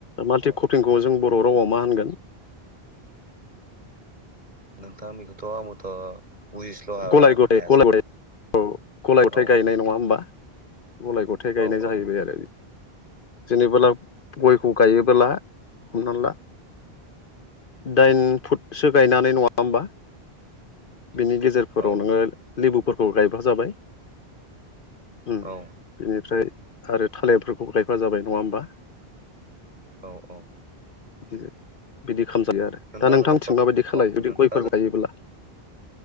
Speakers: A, on the left; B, on the right.
A: माल्टिकपिंखौ
B: औ
A: जों बर' रावआव मा होनगोन
B: नोंथां बेखौथ' आंबोथ' बुजिस्ल'
A: गलाय गथ
B: हायासै
A: गलाय गथ औ गलाय गथाय
B: औ
A: गायनाय नङा होमबा मलाय गथाय
B: औ
A: गायनाय जाहैबाय
B: औ
A: आरो जेनेबोला गयखौ गायोबोला हमना ला दाइन फुटसो गायनानै नङा होमबा बिनि गेजेरफोराव
B: औ
A: नोङो लेबुफोरखौ गायबा जाबाय बिनिफ्राय
B: औ
A: आरो थालिरफोरखौ गायफा जाबाय नङा होमबा
B: औ औ
A: बिदि ज बिदि खालामजायो आरो
B: नोंथां
A: दा नोंथांमोनथिं
B: जोंथ'
A: माबायदि खालामल
B: औ
A: जुदि
B: नोंथां
A: गयफोर गायोब्ला